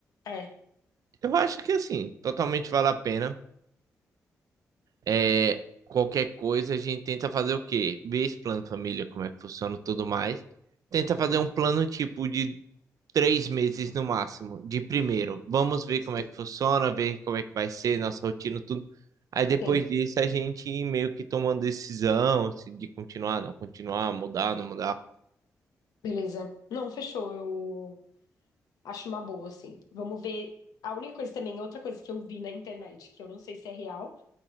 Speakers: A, on the left; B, on the right.
A: é.
B: Eu acho que assim, totalmente vale a pena. É, qualquer coisa a gente tenta fazer o quê? Ver esse plano de família, como é que funciona e tudo mais. Tenta fazer um plano tipo de três meses no máximo, de primeiro. Vamos ver
A: Si-
B: como é que funciona, ver como é que vai ser nossa rotina, tudo. Aí depois
A: Sim,
B: disso a gente meio que toma uma decisão se de continuar, não continuar, mudar, não mudar.
A: beleza. Não, fechou. Eu acho uma boa, assim. Vamos ver. A única coisa também, outra coisa que eu vi na internet, que eu não sei se é real,